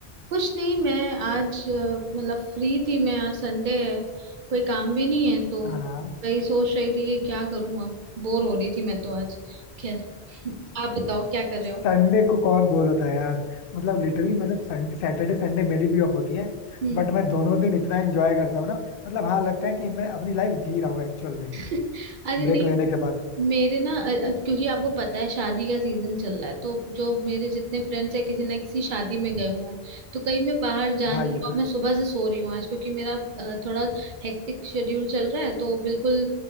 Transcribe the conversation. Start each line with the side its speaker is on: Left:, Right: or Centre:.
Right: कुछ नहीं मैं आज अ, मतलब फ्री थी मैं आज संडे है कोई काम भी नहीं है तो
Left: हाँ हाँ
Right: वही सोच रही थी कि क्या करूँ अब बोर हो रही थी मैं तो आज खैर <laughs> आप बताओ क्या कर रहे
Left: संडे
Right: हो
Left: को कौन बोर होता है यार मतलब लिटरली मतलब संडे सैटरडे संडे मेरी भी ऑफ होती है
Right: हम्म
Left: बट मैं दोनों दिन इतना एंजॉय करता हूँ ना मतलब हाँ लगता है कि मैं अपनी लाइफ जी रहा हूँ एक्चुअल में
Right: <laughs> अरे
Left: ब्रेक
Right: नहीं
Left: लेने के बाद
Right: मेरे ना अ- अ- क्योंकि आपको पता है शादी का सीजन चल रहा है तो जो मेरे जितने फ्रेंड्स हैं किसी ना किसी शादी में गए हुए हैं तो कहीं मैं बाहर जा
Left: हाँ
Right: नहीं
Left: ये
Right: रही हूँ
Left: तो
Right: और
Left: है
Right: मैं सुबह से सो रही हूँ आज क्योंकि मेरा अ, थोड़ा हेक्टिक शेड्यूल चल रहा है तो बिल्कुल